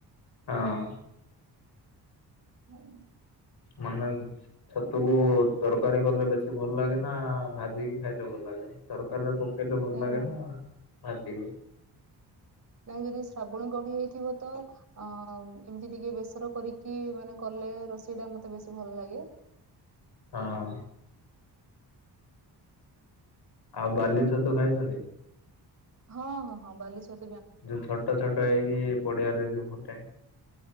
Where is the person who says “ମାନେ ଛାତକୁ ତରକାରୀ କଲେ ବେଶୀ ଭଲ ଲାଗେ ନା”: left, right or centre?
Left